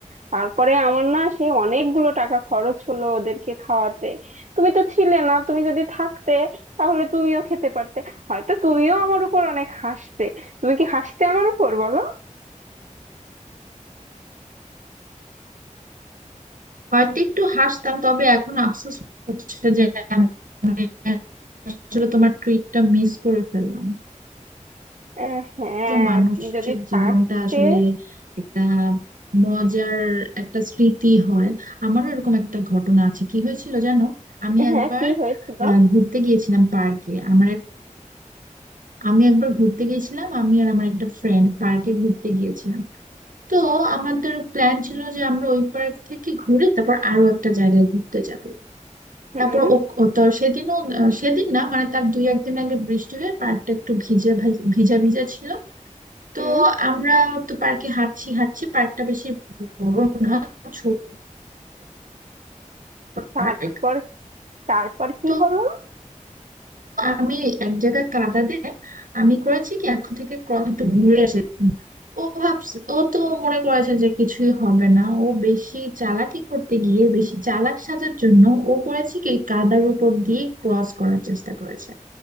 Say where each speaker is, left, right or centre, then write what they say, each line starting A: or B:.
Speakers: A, on the right; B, on the right.
A: তারপরে আমার না সে অনেকগুলো টাকা খরচ হলো ওদেরকে খাওয়াতে তুমি তো ছিলে না তুমি যদি থাকতে তাহলে তুমিও খেতে পারতে হয়তো তুমিও আমার উপর অনেক হাসতে তুমি কি হাসতে আমার উপর বলো
B: হয়তো একটু হাসতাম তবে এখন আফসোস হচ্ছে যে আমি আসলে তোমার ট্রিটটা মিস করে ফেললাম
A: আহ, হ্যাঁ
B: তো মানুষের
A: তুমি যদি থাকতে
B: জীবনটা আসলে একটা মজার একটা স্মৃতি হয় আমারও এরকম একটা ঘটনা আছে কি হয়েছিল জানো আমি
A: হ্যাঁ
B: একবার
A: কি হয়েছিল
B: আহ, ঘুরতে গিয়েছিলাম পার্কে আমার আমি একবার ঘুরতে গিয়েছিলাম আমি আর আমার একটা ফ্রেন্ড পার্কে ঘুরতে গিয়েছিলাম তো আমাদের প্ল্যান ছিল যে আমরা ওই পার্ক থেকে ঘুরে তারপর আরো একটা জায়গায় ঘুরতে যাব
A: হুম
B: তারপর ও ও তো সেদিনও আহ, সেদিন না মানে তার দুই একদিন আগে বৃষ্টি হয়ে পার্কটা একটু ভিজে ভাজ- ভিজা ভিজা ছিল তো
A: হুম
B: আমরা তো পার্কে হাঁটছি হাঁটছি পার্কটা বেশি বড় না ছোট
A: তারপর
B: পার্ক
A: তারপর কি
B: তো
A: হলো
B: আমি এক জায়গায় কাদা দিয়ে আমি করেছি কি এখন থেকে ক্রস একটু ঘুরে এসে ও ভাবছে ও তো মনে করেছে যে কিছুই হবে না ও বেশি চালাকি করতে গিয়ে বেশি চালাক সাজার জন্য ও করেছে কি কাদার উপর দিয়ে ক্রস করার চেষ্টা করেছে